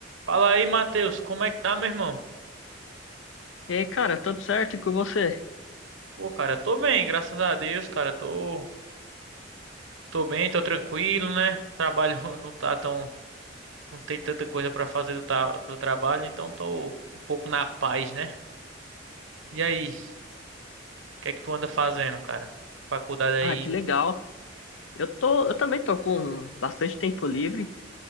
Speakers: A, on the right (about 80°); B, on the left (about 75°).
A: Fala aí, Matheus, como é que tá, meu irmão?
B: E aí, cara, tudo certo e com você?
A: Pô, cara, tô bem, graças a Deus, cara, tô, tô bem, tô tranquilo, né? Trabalho <laughs> não tá tão, não tem tanta coisa pra fazer do, ta- do trabalho, então tô um pouco na paz, né? E aí, o que é que tu anda fazendo, cara? Faculdade aí.
B: Ah, que legal. Eu tô, eu também tô com bastante tempo livre